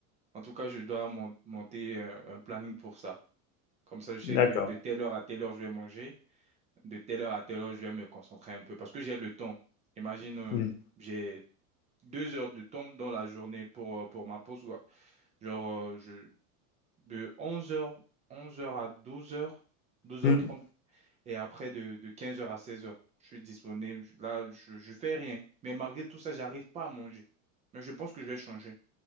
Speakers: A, on the right; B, on the left.
A: En tout cas, je dois mon- monter euh, un planning pour ça. Comme ça, je sais
B: D'accord.
A: que de telle heure à telle heure, je vais manger. de telle heure à telle heure, je vais me concentrer un peu parce que j'ai le temps. Imagine, euh,
B: Mm.
A: j'ai deux heures de temps dans la journée pour, euh, pour ma pause, quoi. Genre, euh, je, de onze heures onze heures à douze heures douze
B: Mm.
A: heures trente et après de, de quinze heures à seize heures je suis disponible. Là, je, je fais rien. Mais malgré tout ça, j'arrive pas à manger. Mais je pense que je vais changer.